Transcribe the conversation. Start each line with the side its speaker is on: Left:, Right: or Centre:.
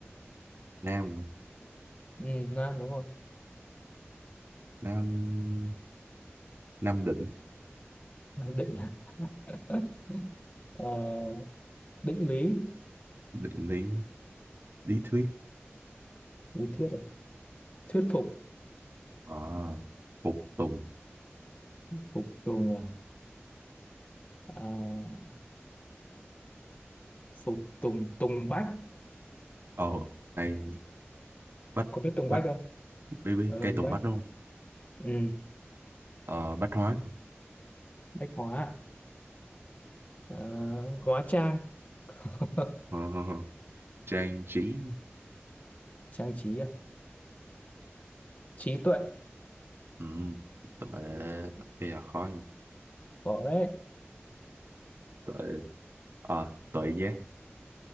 Right: Nam,
Left: ừ, Nam đúng không
Right: Nam, Nam định,
Left: Nam định <laughs> Ờ, định lý
Right: định lý, lý thuyết.
Left: lý thuyết à thuyết phục
Right: Ờ, phục tùng.
Left: phục tùng à, à phục tùng tùng bách
Right: Ồ, hay. Bách,
Left: có biết tùng
Right: bách,
Left: bách không
Right: baby,
Left: ờ,
Right: cây tùng
Left: bách
Right: bách đúng không?
Left: ừ,
Right: Ờ, bách hóa.
Left: bách hóa à? Ờ, hóa trang <laughs>
Right: Ờ, ờ, ờ. trang trí.
Left: trang trí à trí tuệ
Right: ừ. tội bây giờ khó nha.
Left: có đấy
Right: tội ờ tội giác